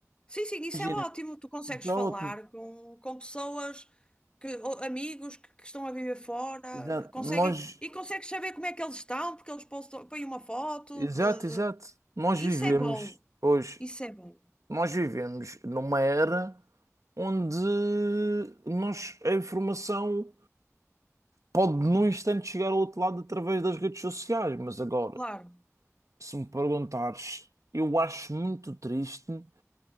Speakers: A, on the left; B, on the right.
A: Sim, sim, isso
B: Imagina.
A: é ótimo. Tu consegues
B: Exato,
A: falar com, com pessoas, que, ou amigos que, que estão a viver fora,
B: exato.
A: conseguem,
B: Nós,
A: e consegues saber como é que eles estão, porque eles postam, põem uma foto.
B: exato,
A: de-
B: exato.
A: de-
B: Nós vivemos
A: Isso é bom,
B: hoje,
A: isso é bom,
B: nós vivemos numa era onde nós, a informação pode num instante chegar ao outro lado através das redes sociais, mas agora,
A: claro.
B: se me perguntares, eu acho muito triste